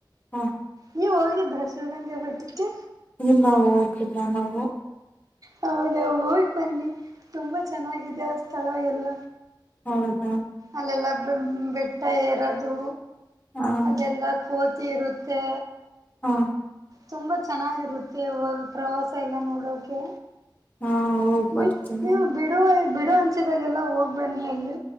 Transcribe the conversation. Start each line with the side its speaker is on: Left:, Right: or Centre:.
Left: ಹ
Right: ನೀ ಹಗ ದಸದಂಗೆ ಬಿಟ್ಟಕ್ಕೆ
Left: ಇಲ್ಲ ಹೋಗಿಲ್ಲ ನಾವು
Right: ಹೌದಾ ಹೋಗ್ ಬನ್ನಿ. ತುಂಬ ಚೆನ್ನಾಗಿದೆ ಸ್ಥಳ ಎಲ್ಲ
Left: ಹೌದ್.
Right: ಅಲ್ಲೆಲ್ಲ ಬೆಂಮ್ ಭೇಟ್. ಇರದು
Left: ಹ
Right: ಅದೆಲ್ಲ ಕೂತ್ ತಿಿರುತೆ
Left: ಹ್ಮ್ಮ್
Right: ತುಂಬಾ ಚೆನ್ನಾಗಿರುತ್ತೆ ಅವವಾಗ ಪ್ರವಾಸ ಎಲ್ಲ ನೋಡೋಕೆ
Left: ಹಾ ಹೋಗ್
Right: ನೀ
Left: ಬರ್ತೀನಿ
Right: ನೀವು ಬಿಡುವೆ. ಬಿಡು ಅನ್ಸಿದಾಗೆಲ್ಲ ಹೋಗ್ಬೇನ್ನಿ ಎಲ್ಲಿ.